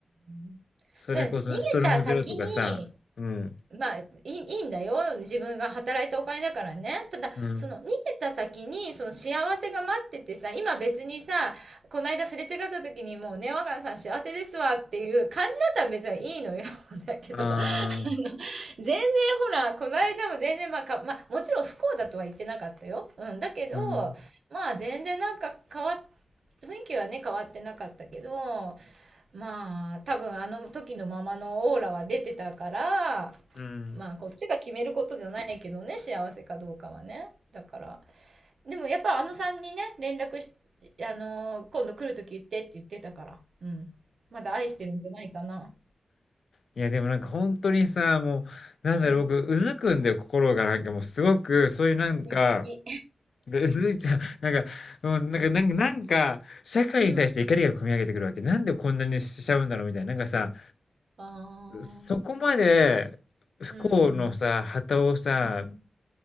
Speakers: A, on the right (about 75°); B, on the left (about 70°).
A: うん
B: それこそストロングゼロとかさ。
A: ただ、逃げた先に、
B: うん。
A: まあ、いい、いいんだよ。自分が働いたお金だからね。ただ、
B: うん。
A: その逃げた先に、その幸せが待っててさ、今別にさ、この間すれ違った時にもうね、若菜さん幸せですわっていう感じだったら別にいいのよ。<laughs> だけど、
B: ああ、
A: <laughs> 全然ほら、この間も全然まあか、まあ、もちろん不幸だとは言ってなかったよ。うん、だけど、
B: うん。
A: まあ全然なんか変わっ、雰囲気はね、変わってなかったけど、まあ多分あの時のままのオーラは出てたから、
B: うん。
A: まあこっちが決めることじゃないけどね、幸せかどうかはね。だから、でもやっぱあのさんにね、連絡し、あのー今度来るとき言ってって言ってたから、うん。まだ愛してるんじゃないかな。
B: いや、でもなんか本当にさ、もう、なんだろう、
A: うん。
B: 僕、うずくんだよ、心が。なんかもうすごく、そういうなんか、
A: うずき。
B: うずいちゃう。なんか、もうなんか、なんか、なんか、社会に対して怒りが込み上げてくるわけ。
A: うん。
B: なんでこんなにしちゃうんだろうみたいな。なんかさ、
A: ああ、
B: そこまで不幸のさ、
A: うん、
B: 旗をさ、
A: うん、